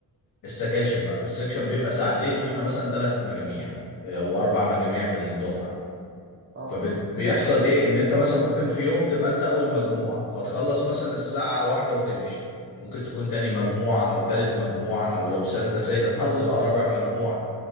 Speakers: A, on the left; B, on the right.
A: السكاشن بقى السكشن بيبقى ساعتين واحنا مثلا ثلاث مجاميع او اربع مجاميع في الدفعه
B: اه
A: فبيحصل ايه ان انت مثلا ممكن في يوم تبقى انت اول مجموعه فتخلص مثلا الساعه واحدة وتمشي ممكن تكون تاني مجموعه او تالت مجموعه او لو انت سيء الحظ
B: طب المفروض
A: بقى رابع مجموعه